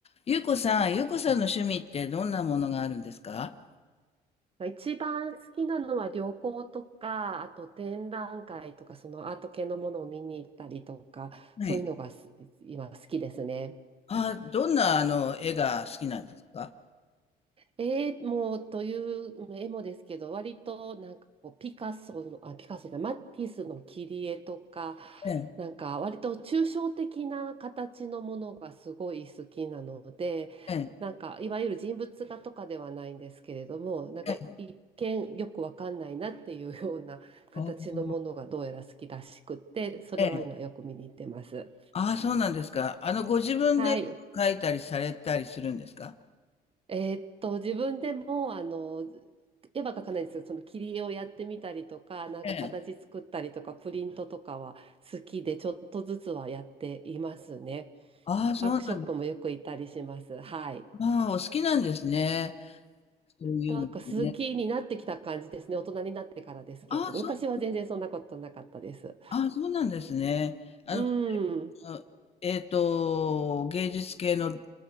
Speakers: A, on the left; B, on the right.
A: ゆうこさん、ゆうこさんの趣味ってどんなものがあるんですか
B: 一番好きなのは旅行とか、あと展覧会とか、そのアート系のものを見に行ったりとか、
A: はい。
B: そういうのがす今好きですね。
A: あ、どんなあの絵が好きなんですか
B: 絵もという絵もですけど、割となんかこうピカソの、あ、ピカソじゃない、マティスの切り絵とか、
A: ええ、
B: なんか割と抽象的な形のものがすごい好きなので、
A: ええ、
B: なんかいわゆる人物画とかではないんですけれども、なんか一見よくわかんないなっていうような形のものがどうやら好きらしくって、
A: ええ。あー
B: それは今よく見に行ってます。
A: ええあー、そうなんですか。あの、ご自分で描いたりされたりするんですか
B: はい。えーっと、自分でも、あの、絵は描かないんですよ。その切り絵をやってみたりとか、なんか形作ったりとか、
A: ええ。
B: プリントとかは好きで、ちょっとずつはやっていますね。
A: ああ、そうなんです。
B: ワークショップもよく行ったりします。はい。
A: ああ、お好きなんですね。そういうのね。
B: なんか好きになってきた感じですね。大人になってからですけれど、
A: ああ、そう、
B: 昔は全然そんなことなかったです。
A: ああ、そうなんですね。あの、
B: うん。
A: あのえっと、芸術系の